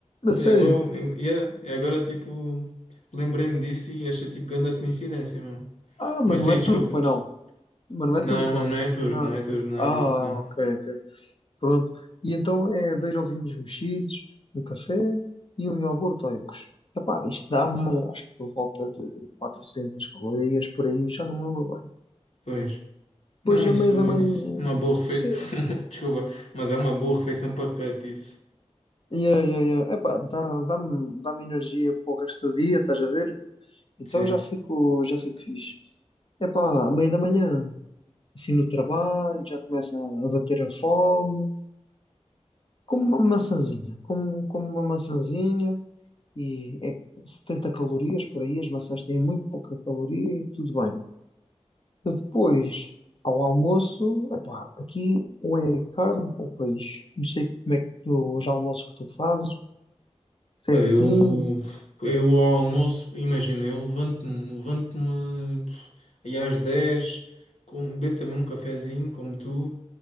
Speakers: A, on the left (about 50°); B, on the left (about 75°).
A: a
B: Pá,
A: sério?
B: E agora, em- yeah, e agora tipo, lembrei-me disso e achei tipo grande a coincidência, meu.
A: Ah, mas
B: Mas
A: não
B: sim,
A: é turco,
B: desculpa.
A: pois
B: des-
A: não. Mas não é
B: Não,
A: turco,
B: não, é- não
A: é?
B: é turco,
A: Não,
B: não
A: não.
B: é turco, não
A: Ah,
B: é turco, não.
A: ok, ok. Pronto. E então é dois ovinhos mexidos, um café e um iogurte oicos. Epá, isto dá-me, acho que por volta de 400 calorias por aí, já não me lembro bem.
B: Pois. Não,
A: Depois,
B: isso,
A: a meia da manhã,
B: isso uma boa refeição.
A: sim.
B: <laughs> Desculpa, mas é uma boa refeição para cut isso.
A: Yeah, yeah, yeah. Epá, dá, dá-me, dá-me energia para o resto do dia, estás a ver? Então
B: Sim.
A: já fico, já fico fixe. Epá, à meia da manhã, assim no trabalho, já começa a bater a fome Como uma maçãzinha, como, como uma maçãzinha e é 70 calorias por aí, as maçãs têm muito pouca caloria e tudo bem. E depois, ao almoço, epá, aqui ou é carne ou peixe. Não sei como é que tu, os almoços que tu fazes, se
B: Pá,
A: é assim,
B: eu,
A: se-
B: eu ao almoço, imagina, eu levanto-me, levanto-me pff, aí às 10 como, bebo também um cafezinho, como tu,